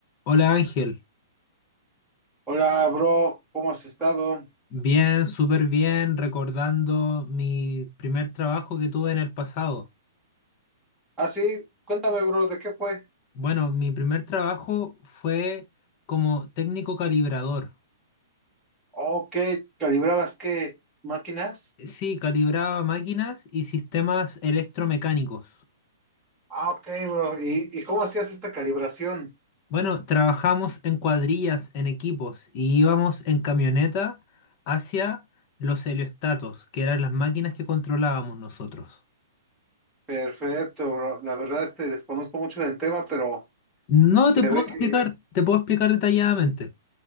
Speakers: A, on the left; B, in the centre.
A: Hola Ángel,
B: Hola, bro, ¿cómo has estado?
A: bien, súper bien, recordando mi primer trabajo que tuve en el pasado.
B: Ah, sí, cuéntame, bro, ¿de qué fue?
A: Bueno, mi primer trabajo fue como técnico calibrador.
B: Ok, ¿calibrabas qué? ¿Máquinas?
A: Sí, calibraba máquinas y sistemas electromecánicos.
B: Ah, ok, bro, ¿y, y cómo hacías esta calibración?
A: Bueno, trabajamos en cuadrillas, en equipos, y íbamos en camioneta hacia los heliostatos, que eran las máquinas que controlábamos nosotros.
B: Perfecto, bro, la verdad es que desconozco mucho del tema, pero
A: No
B: se
A: te puedo
B: ve que,
A: explicar, te puedo explicar detalladamente.